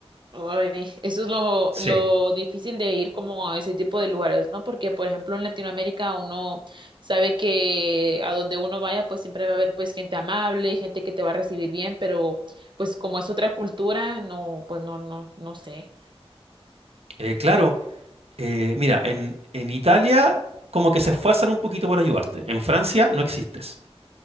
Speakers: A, on the right (about 50°); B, on the right (about 75°).
A: Ay, eso es lo,
B: Sí.
A: lo difícil de ir como a ese tipo de lugares, ¿no? Porque, por ejemplo, en Latinoamérica uno sabe que a donde uno vaya, pues siempre va a haber pues gente amable, gente que te va a recibir bien, pero pues como es otra cultura, no, pues no, no, no sé.
B: eh, claro, Eh, mira, en, en Italia como que se esfuerzan un poquito por ayudarte. En Francia no existes.